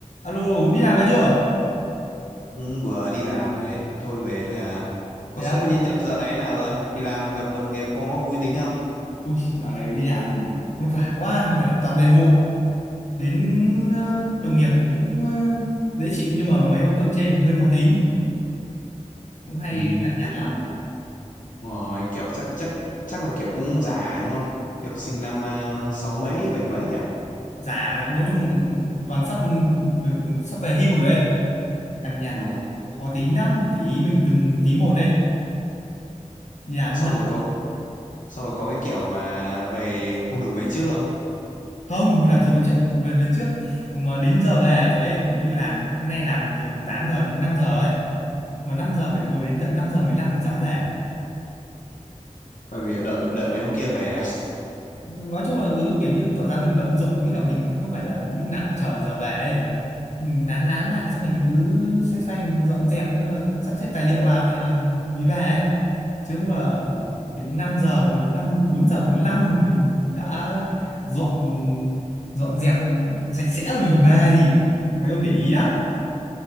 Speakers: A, on the left (about 65°); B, on the left (about 85°).
A: Alo, đi làm về chưa?
B: Ừ, vừa đi làm thôi ấy. Thôi về thôi à. Cuộc
A: Thế
B: sống
A: á?
B: ở nhân Nhật dạo này thế nào rồi? Đi làm gặp đồng nghiệp có vui tính không?
A: Ui, dạo này đi làm vất vả quá, về toàn về muộn. Đến ờ, đồng nghiệp thì cũng ờ, dễ chịu nhưng mà mấy ông cấp trên thì hơi khó tính, cũng hay
B: Ừ,
A: cằn nhằn
B: thực-
A: lắm.
B: rồi kiểu chắc chắc chắc là kiểu cũng già đúng không? Kiểu
A: Ừ.
B: sinh năm à, sáu mấy bảy mấy nhỉ?
A: Già nói chung toàn sắp được sắp về hưu rồi ấy, cằn nhằn
B: Ừ.
A: khó tính lắm, để ý mình từng tí một ấy. Đi làm
B: Xong
A: lúc nào
B: rồi có xong rồi có cái kiểu mà về không được về trước không?
A: không, làm gì có chuyện về đời trước mà đến giờ về rồi ấy, kiểu như làm hôm nay làm từ 8 giờ đến 5 giờ ấy, mà 5 giờ phải ngồi đến tận 5 giờ 15 mình dám về
B: Bởi vì đợi đợi mấy ông kia về à? <laughs>
A: nói chung là cứ kiểu như tỏ ra mình bận rộn với cả mình không phải là lúc nào cũng chờ giờ về ấy. mình nán nán lại xong mình cứ xoay xoay mình dọn dẹp nữa, sắp xếp tài liệu vào thế là mình mới về ấy. chứ không là
B: Ừ.
A: kiểu như 5 giờ mà năm 4 giờ 45 mà mình đã dọn dọn dẹp sạch sẽ rồi mình về thì mấy ông để ý lắm